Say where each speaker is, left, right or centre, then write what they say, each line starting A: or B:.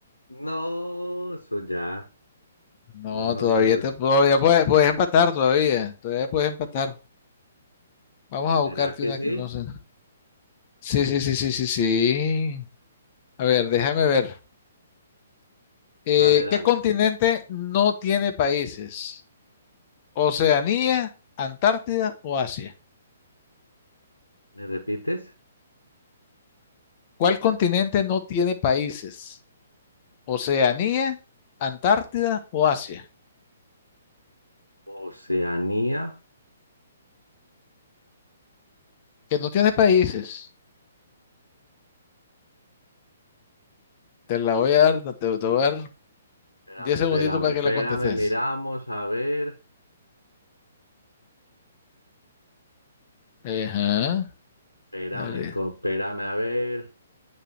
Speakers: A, on the left; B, on the left.
A: No, eso ya.
B: No,
A: No, no,
B: todavía
A: no.
B: te
A: es-
B: todavía puedes, puedes empatar, todavía. Todavía puedes empatar. Vamos a buscarte
A: ¿Será que
B: una
A: sí?
B: que no sé. Sí, sí, sí, sí, sí, sí. A ver, déjame ver. Eh,
A: Dale, dale.
B: ¿qué continente no tiene países? Oceanía, Antártida o Asia.
A: ¿Me repites?
B: ¿Cuál continente no tiene países? Oceanía, Antártida o Asia.
A: Oceanía.
B: Que no tiene países. Te la voy a dar, no, te, te voy a dar
A: Espérame,
B: 10
A: espérame,
B: segunditos para
A: espérame.
B: que la contestes.
A: Miramos, a ver.
B: Ajá,
A: Espérame,
B: dale.
A: co- espérame, a ver.